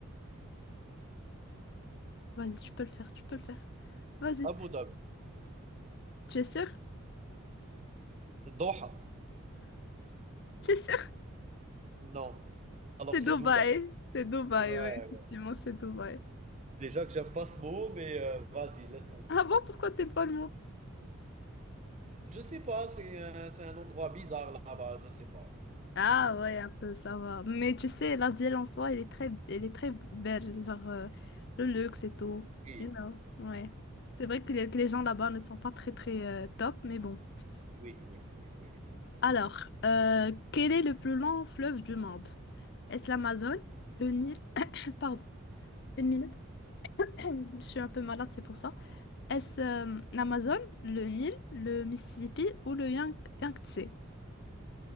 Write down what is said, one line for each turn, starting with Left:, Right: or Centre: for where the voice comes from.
Left: Vas-y, tu peux le faire, tu peux le faire. Vas-y.
Right: Abu Dhabi.
Left: Tu es sûr?
Right: Doha.
Left: Tu es sûr?
Right: Non, alors
Left: C'est
Right: c'est
Left: Dubaï.
Right: Dubaï.
Left: C'est Dubaï,
Right: Ouais,
Left: oui. Effectivement, c'est Dubaï.
Right: déjà que j'aime pas ce mot, mais heu, vas-y, laisse tomber.
Left: Ah bon, pourquoi t'es pas le mot?
Right: Je sais pas, c'est un c'est un endroit bizarre là-bas, je sais pas.
Left: Ah ouais, un peu, ça va. Mais tu sais, la ville en soi, elle est très, elle est très belle. Genre, euh, le luxe et tout.
Right: Oui,
Left: You know, ouais. C'est vrai que les, que les gens là-bas ne sont pas très, très euh, top, mais bon.
Right: oui, oui, oui, oui.
Left: Alors, euh, quel est le plus long fleuve du monde? Est-ce l'Amazone? Une île? <coughs> Pardon, une minute. <coughs> Je suis un peu malade, c'est pour ça. Est-ce euh, l'Amazon, le Nil, le Mississippi ou le Yang- Yangtze?